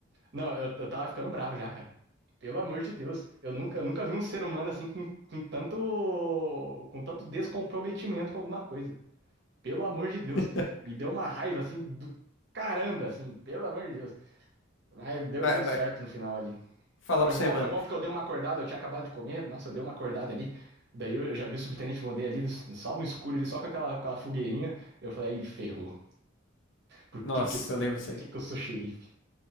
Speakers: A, on the right (about 60°); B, on the left (about 65°).
A: Não, eu, eu tava ficando bravo já, cara. Pelo amor de Deus, eu nunca, eu nunca vi um ser humano assim com, com tanto, com tanto descomprometimento com alguma coisa. Pelo amor de Deus,
B: <laughs>
A: me deu uma raiva assim do caramba, assim, pelo amor de Deus. Mas deu
B: Mas,
A: tudo
B: mas
A: certo no final ali.
B: falar
A: Foi
B: pra
A: bom,
B: você, mano.
A: foi bom porque eu dei uma acordada, eu tinha acabado de comer, nossa, eu dei uma acordada ali. Daí eu eu já vi o subtenente Vonder ali, no- só no escuro, ali, só com aquela, com aquela fogueirinha. Eu falei, aí ferrou. Por
B: Nossa,
A: que que eu fui?
B: eu lembro disso
A: Por
B: aí.
A: que que eu sou xerife?